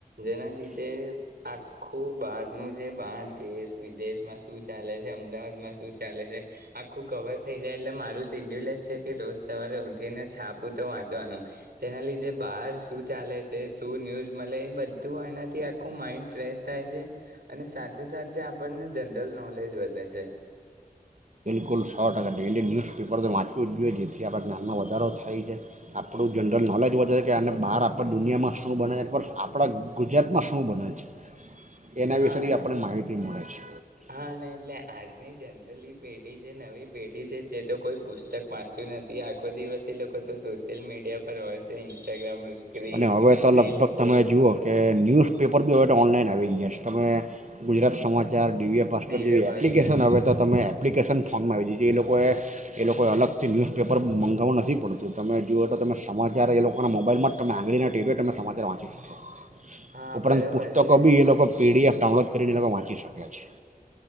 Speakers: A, on the right (about 75°); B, on the right (about 50°).
A: જેના લીધે આ ખુબ બહારનું જે બહાર દેશ વિદેશમાં શું ચાલે છે અમદાવાદમાં શું ચાલે છે આખું કવર થઈ જાય એટલે મારું શિડ્યુલ જ છે કે રોજ સવારે ઉઠીને છાપું તો વાંચવાનું જેના લીધે બહાર શું ચાલે છે શું ન્યૂઝ મલે એ બધું આનાથી આખું માઇન્ડ ફ્રેશ થાય છે અને સાથે સાથે આપણને જનરલ નોલેજ વધે છે.
B: કુલ સો ટકા ડેઇલી ન્યૂઝપેપર તો વાંચવું જ જોઈએ જેથી આપણા જ્ઞાનમાં વધારો થાય છે આપણું જનરલ નોલેજ વધે છે કે આ અને બહાર આપણી દુનિયામાં શું બને છે પ્લસ આપણા ગુજરાતમાં શું બને છે. એના
A: હા
B: વિશેની
A: અને
B: આપણને માહિતી મળે છે
A: હા અને એટલે આજની જનરલી પેઢી જે નવી પેઢી છે તે તો કોઈ પુસ્તક વાંચતું નથી આખો દિવસ એ લોકો તો સોશિયલ મીડિયા પર હોય છે ઇન્સ્ટાગ્રામ રીલ
B: અને હવે તો લગભગ
A: રીલ્સ કોર્સ
B: તમે જુઓ કે ન્યૂઝપેપર બી હવે તો ઓનલાઈન આવી ગયા છે. તમે ગુજરાત સમાજ ચાર ડીવીય ભાસકર
A: દિવ્ય
B: જેવી
A: ભાસ્કર
B: એપ્લિકેશન આવે તો તમે એ એપ્લિકેશન ફોર્મમાં આવી દી છે એ લોકોએ એ લોકોએ અલગથી ન્યૂઝપેપર મંગાવવું નથી પડતું તમે જુઓ તો તમે સમાચાર એ લોકોના મોબાઈલમાં તમે આંગળીના ટીવીીઓ તમે સમાચાર વાંચી શકો
A: હા
B: ઉપરાંત
A: બરોબર
B: પુસ્તકો
A: છે
B: બી એ લોકો પીડીએફ ડાઉનલોડ કરીને લોકો લોકો વાંચી શક્યા છે